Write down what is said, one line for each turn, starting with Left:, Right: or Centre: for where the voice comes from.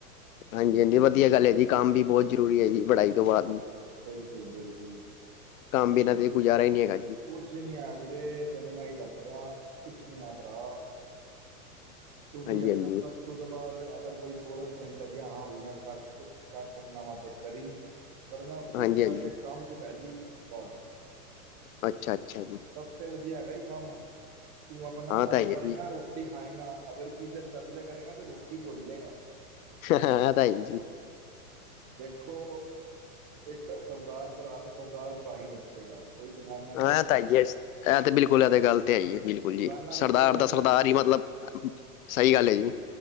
Left: ਹਾਂਜੀ- ਹਾਂਜੀ ਵਧੀਆ ਗੱਲ ਹੈ ਜੀ ਕੰਮ ਵੀ ਬਹੁਤ ਜ਼ਰੂਰੀ ਹੈ ਜੀ ਪੜਾਈ ਤੋਂ ਬਾਅਦ
Right: ਬਿਲਕੁਲ -ਬਿਲਕੁਲ
Left: ਕੰਮ ਬਿਨਾਂ ਤੇ ਗੁਜ਼ਾਰਾ ਹੀ ਨੀ ਹੈਗਾ ਜੀ
Right: ਕੁਛ ਨੀ ਆ ਵੀਰੇੇ ਤੈਨੂੰ ਮੈਂ ਹੀ ਦੱਸ ਰਿਹਾ ਕੁਛ ਨੀ ਆ ਭਰਾ ਤੂੰ ਵੀ
Left: ਹਾਂਜੀ
Right: ਆਪਣਾ
Left: ਹਾਂਜੀ
Right: ਪਲੱਸ ਟੂ ਤੋਂ ਬਾਅਦ ਅਗਰ ਕੋਈ ਕੋਰਸ ਤੈਨੂੰ ਲੱਗਿਆ ਹਾਂ ਵੀ ਮੈਂ ਕਰ <unintelligible> ਕਰ ਸਕਨਾਵਾਂ ਤੇ ਕਰੀ, ਵਰਨਾ ਚੁੱਪ
Left: ਹਾਂਜੀ
Right: ਕਰਕੇ
Left: ਹਾਂਜੀ
Right: ਕੰਮ ਚ ਪੈਜੀ ਬਸ
Left: ਅੱਛਾ, ਅੱਛਾ ਜੀ
Right: ਸਭਸੇ ਵਧੀਆ ਹੈਗਾ ਹੀ ਕੰਮ, ਤੂੰ ਆਪਣਾ
Left: ਹਾਂ
Right: ਕੰਮ
Left: ਤਾਂ ਹੀ
Right: ਕਰੇਗਾ
Left: ਹੈ ਜੀ
Right: ਰੋ ਟੀ ਖਾਏਂਗਾ ਅਗਰ ਕਿਸੀ ਦੇ ਤਰਲੇ ਕਰੇਗਾ ਤੇਂ ਰੋਟੀ ਭੁਲ ਜਾਏਗਾ
Left: <unintelligible> ਜੀ
Right: ਦੇਖੋ ਇੱਕ ਸਰਦਾਰ ਭਰਾ ਨੂੰ ਸਰਦਾਰ ਭਰਾ ਹੀ ਦੱਸੇਗਾ ਕੋਈ ਬਗਾਨਾ ਨਹੀਂ ਦੱਸਦਾ
Left: ਐ ਤਾਂ ਹੈਈ ਏ ਇਹ ਤੇ ਬਿਲਕੁਲ ਇਹ ਤੇ ਗੱਲ ਤੇ ਹੈਈ ਹੈ ਬਿਲਕੁਲ
Right: ਬਗਾਨਾ
Left: ਜੀ
Right: ਅਗਰ
Left: ਸਰਦਾਰ
Right: ਤੈਨੂੰ ਦੱਸੇ
Left: ਦਾ ਸਰਦਾਰ ਹੀ ਮਤਲਬ <unintelligible> ਸਹੀ ਗੱਲ ਹੈ ਜੀ